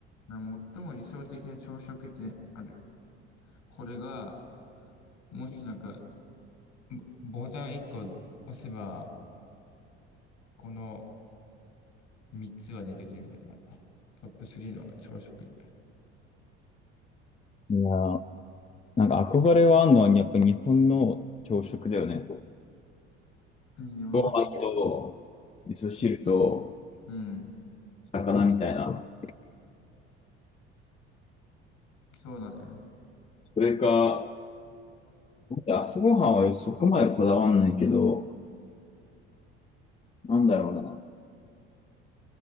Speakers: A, on the left (about 60°); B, on the left (about 20°).
A: な最も理想的な朝食ってある。これが、もしなんか、ボボタン1個押せば、この3つは出てくるみたいな。トップ3の朝食。い
B: いやー、なんか憧れはあるのは、やっぱ日本の朝食だよね。ご
A: いよな。
B: 飯と、味噌汁と、
A: うん、
B: 魚みたいな。
A: そうだね。
B: それか、朝ごはんはそこまでこだわんないけど、なんだろうな。